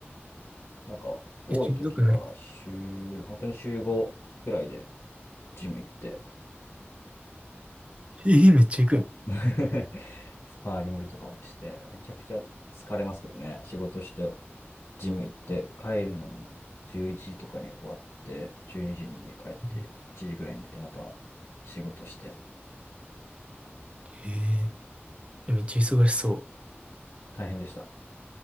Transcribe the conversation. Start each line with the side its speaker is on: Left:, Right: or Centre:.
Left: なんか、多い時は週、
Right: え、しんどくないです
Left: 本当に週5くらいでジム行って、
Right: えーめっちゃ行くやん。
Left: <laughs> スパーリングとかもして、めちゃくちゃ疲れますけどね。仕事して、ジム行って、帰るのも11時とかに終わって、12時にじに家帰って、
Right: うん
Left: 1時くらいに寝て、また仕事して、
Right: えーえ、めっちゃ忙しそ
Left: 大変でした。